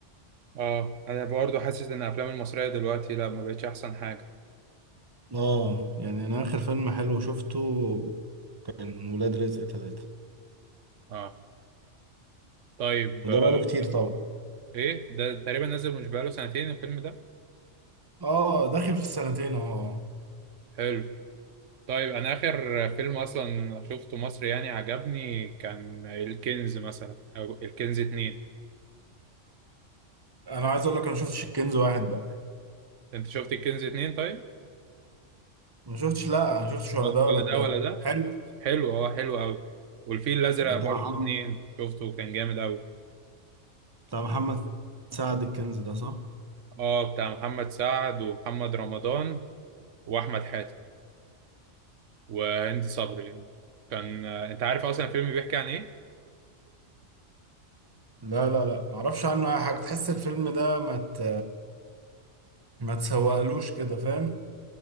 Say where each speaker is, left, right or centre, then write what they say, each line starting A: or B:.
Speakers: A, on the right; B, on the right.
A: اه انا برضه حاسس ان الافلام المصريه دلوقتي لا ما بقتش احسن حاجه
B: اه يعني انا اخر فيلم حلو شفته كان ولاد رزق ثلاثة
A: اه طيب
B: وده
A: آه،
B: بقاله كتير طبعا
A: ايه ده تقريبا نزل مش بقاله سنتين الفيلم ده
B: اه داخل في السنتين اهو. اه
A: حلو طيب انا اخر فيلم اصلا شفته مصري يعني عجبني كان الكنز مثلا او الكنز اتنين
B: انا عايز اقول لك انا ما شفتش الكنز واحد بقى
A: انت شفت الكنز اتنين طيب
B: ما شفتش لا ما شفتش ولا
A: ولا
B: ده ولا ده
A: ده ولا ده
B: حلو
A: حلو اه حلو قوي والفيل الازرق
B: بتاع
A: برضو شفته
B: محمد
A: اتنين شفته كان جامد قوي
B: بتاع محمد سعد الكنز ده صح
A: اه بتاع محمد سعد ومحمد رمضان واحمد حاتم وهند صبري يعني. كان آه، انت عارف اصلا الفيلم بيحكي عن ايه
B: لا لا لا معرفش عنه اي حاجه تحس الفيلم ده ما ت... ما تسوقلوش كده فاهم